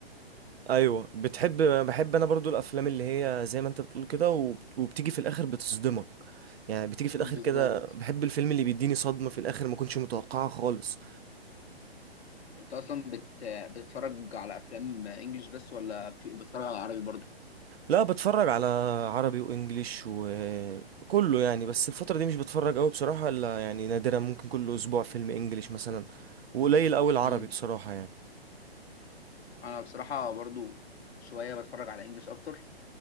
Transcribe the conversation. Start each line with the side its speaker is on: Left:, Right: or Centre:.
Right: ايوه بتحب بحب انا برضو الافلام اللي هي زي ما انت بتقول كده وب- وبتيجي في الاخر بتصدمك يعني بتيجي في الاخر
Left: بالظبط
Right: كده بحب الفيلم اللي بيديني صدمة في الاخر ما كنتش متوقعها خالص
Left: انت اصلا بت... بتتفرج على افلام انجليش بس ولا في بتتفرج على عربي برضه
Right: لا بتفرج على عربي وانجليش وكله يعني بس الفترة دي مش بتفرج قوي بصراحة الا يعني نادرا ممكن كل اسبوع فيلم انجليش مثلا وقليل قوي العربي
Left: مم.
Right: بصراحة يعني
Left: انا بصراحه برضو شويه بتفرج على انجلش اكتر